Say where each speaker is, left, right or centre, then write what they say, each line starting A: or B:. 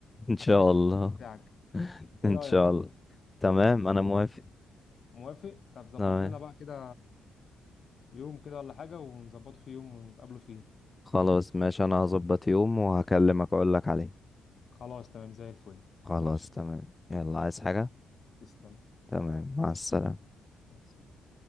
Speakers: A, on the left; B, on the left.
A: ان شاء
B: اشاركك
A: الله
B: الشغل بتاعك
A: <laughs>
B: ايه
A: ان
B: رايك
A: شاء الله تمام انا موافق
B: موافق طب ظبط
A: تمام
B: لنا بقى كده يوم كده ولا حاجه ونظبطه في يوم ونتقابلوا فيه
A: خلاص ماشي انا هظبط يوم وهكلمك اقول لك عليه
B: خلاص تمام زي الفل
A: خلاص
B: ماشي
A: تمام يلا
B: ماشي
A: عايز حاجة
B: تسلم
A: تمام مع السلامة
B: مع السلامة.